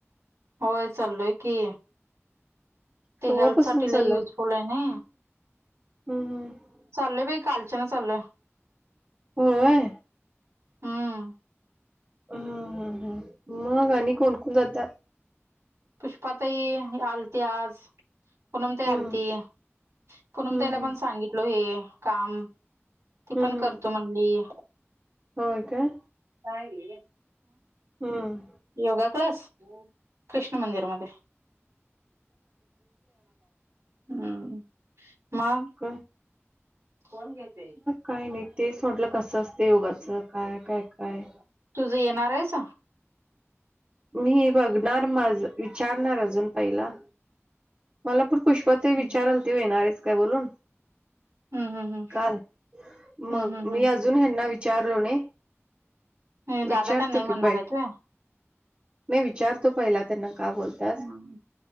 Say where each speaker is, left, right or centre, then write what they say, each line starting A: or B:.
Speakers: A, on the right; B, on the right.
A: होय चालोय की, ते
B: केव्हापासून
A: हेल्थ साठी
B: चालला
A: लै, युजफुल आहे नी.
B: हम्म. हम्म
A: चालोय बाई कालचान चालोय.
B: होय?
A: हम्म.
B: हं हं हं. मग आणि कोणकोण जात्यात.
A: पुष्पाताई आलती आज, पुनमताई
B: हम्म
A: आलती. पुनम
B: हम्म
A: ताईला पण सांगितलो हे काम. ती
B: हम्म
A: पण
B: हम्म
A: करतो
B: हम्म
A: म्हणली,
B: होय काय
A: काय हे.
B: हम्म
A: योगा क्लास, कृष्ण मंदिर मध्ये. हम्म.. मगं.
B: क
A: कोण घेते.
B: काय नाही तेच म्हटलं कसं असते, योगाचं काय काय काय.
A: तुझं येणार आहेस.
B: मी बघणार माझ विचारणार अजून पहिला. मला पूण पुष्पा
A: हम्म
B: ताई विचारालती येणार आहेस का म्हणून
A: हम्म हम्म
B: काल,
A: हम्म
B: मग
A: हम्म
B: मी
A: हम्म
B: अजून हेना विचारलो नाही.
A: हे
B: विचारतो
A: दादा का नाही म्हणणार
B: की पै
A: आहेत व्हय
B: नाही विचारतो पहिला, त्यांना का बोलत्यास.
A: हम्म